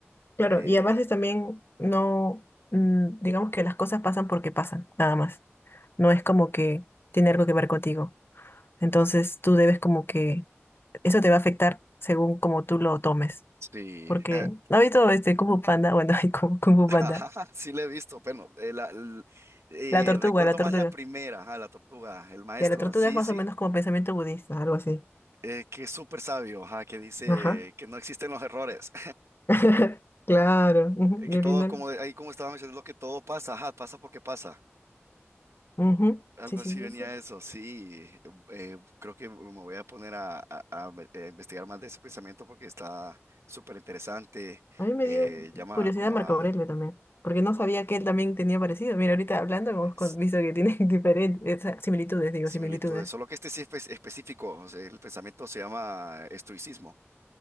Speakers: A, on the left; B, on the right.
A: claro,
B: Eh,
A: y a veces también no, mm, digamos que las cosas pasan porque pasan, nada más. No es como que tiene algo que ver contigo. Entonces tú debes como que, eso te va a afectar según como tú lo tomes.
B: sí,
A: Porque,
B: eh,
A: ¿no has visto este Kung Fu Panda? Bueno, <laughs> hay Kung Kung Fu
B: <laughs>
A: Panda.
B: ajá, sí le he visto, pero eh, la- l- eh,
A: La tortuga,
B: recuerdo
A: la tortuga.
B: más la primera, ajá, la tortuga, el maestro,
A: Ya, la tortuga
B: sí,
A: es más
B: sí,
A: o menos como pensamiento budista, algo así.
B: eh, que es súper sabio, ajá, que dice
A: Ajá.
B: que no existen los errores.
A: <laughs> Claro. ujú,
B: eh, que
A: Y
B: todo,
A: al final.
B: como de- ahí como estaba mencionando, que todo pasa, ajá, pasa porque pasa.
A: ujú,
B: Algo
A: Sí, sí,
B: así
A: sí,
B: venía
A: sí.
B: eso, sí. eh, creo que me voy a poner a, a- a ve- a investigar más de ese pensamiento porque está súper interesante.
A: A mí me
B: eh,
A: dio
B: llama
A: curiosidad
B: como
A: Marco
B: a
A: Aurelio también, porque no sabía que él también tenía parecido. Mira, ahorita hablando hemos
B: eh, s-
A: con- visto que tiene <laughs> diferentes similitudes, digo,
B: similitudes,
A: similitudes.
B: solo que este sí es espe- específico. o sea, el pensamiento se llama estoicismo,